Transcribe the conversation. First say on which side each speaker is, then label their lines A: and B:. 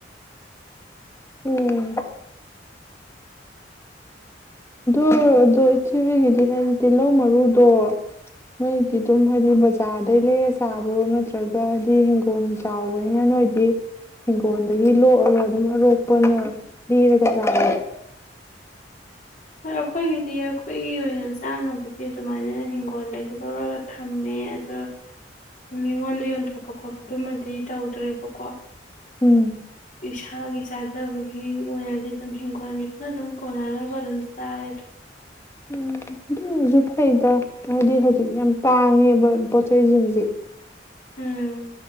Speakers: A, on the left (about 15°); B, on the left (about 40°).
A: ꯎꯝ ꯑꯣ ꯑꯗꯣ ꯏꯆꯦ ꯍꯣꯏꯒꯤꯗꯤ ꯍꯥꯏꯗꯤ ꯇꯤꯜꯍꯧ ꯃꯔꯨꯗꯣ ꯅꯣꯏꯗꯤ ꯑꯗꯨꯝ ꯍꯥꯏꯗꯤ ꯕꯖꯥꯔꯗꯩ ꯂꯩꯔ ꯆꯥꯕ꯭ꯔꯣ ꯅꯠꯇ꯭ꯔꯒ ꯍꯥꯏꯗꯤ ꯍꯤꯡꯒꯣꯜ ꯆꯥꯎꯕꯅꯤꯅ ꯅꯣꯏꯗꯤ ꯍꯪꯒꯣꯜꯗꯒꯤ ꯂꯣꯛꯑꯒ ꯑꯗꯨꯝ ꯑꯔꯣꯛꯄꯅ ꯂꯤꯔꯒ ꯆꯥꯕ
B: ꯍꯣꯏ ꯑꯩꯈꯣꯏꯒꯤꯗꯤ ꯑꯩꯈꯣꯏꯒꯤ ꯑꯣꯏꯅ ꯆꯥꯅꯕꯗꯤ ꯑꯗꯨꯃꯥꯏꯅ ꯍꯤꯡꯒꯣꯜꯗꯒꯤ ꯂꯧꯔꯒ ꯊꯝꯃꯦ ꯑꯗꯣ ꯃꯤꯉꯣꯟꯗ ꯌꯣꯟꯊꯣꯛꯄ ꯈꯣꯠꯄꯗꯨꯃꯗꯤ ꯇꯧꯗ꯭ꯔꯦꯕꯀꯣ ꯍ
A: ꯎꯝ
B: ꯁꯥꯥꯒꯤ ꯆꯥꯖꯕꯒꯤ ꯑꯣꯏꯅꯗꯤ ꯑꯗꯨꯝ ꯍꯤꯡꯈꯣꯜꯒꯤꯁꯤꯅ ꯑꯗꯨꯝ ꯀꯣꯟꯅꯅꯕ ꯑꯗꯨꯝ ꯆꯥꯔꯦꯗ
A: ꯑꯣꯖ ꯍꯩꯗ ꯍꯥꯏꯗꯤ ꯍꯧꯖꯤꯛ ꯌꯥꯝ ꯇꯥꯡꯉꯦꯕ ꯄꯣꯠ ꯆꯩꯁꯤꯡꯁꯦ
B: ꯎꯝ